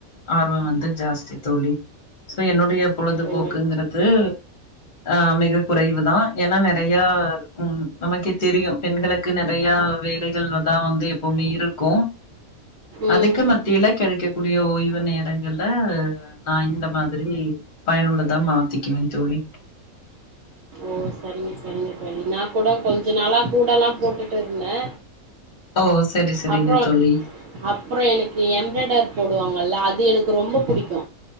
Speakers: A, on the left (about 40°); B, on the right (about 70°).
A: ஆர்வம் வந்து ஜாஸ்தி தோழி சோ என்னுடைய பொழுது
B: ஓ
A: போக்குங்கறது ஆஹ் மிக குறைவுதா ஏன்னா நெறைய உம் நமக்கே தெரியு பெண்களுக்கு நெறைய வேலைகள் தா வந்து எப்பவுமே இருக்கோ
B: ம்
A: அதுக்கு மத்தியில கெடைக்கக்கூடிய ஓய்வு நேரங்கள நா இந்த மாதிரி பயனுள்ளதா மாத்திக்குவே தோழி
B: ஓ சரிங்க சரிங்க தோழி நா கூட கொஞ்ச நாளா கூட எல்லா போட்டுட்டு இருந்தே
A: ஓ! சரி, சரிங்க
B: அப்புற
A: தோழி.
B: அப்புறோ எனக்கு எம்பராய்டர் போடுவாங்கல்ல அது அது எனக்கு ரொம்ப புடிக்கோ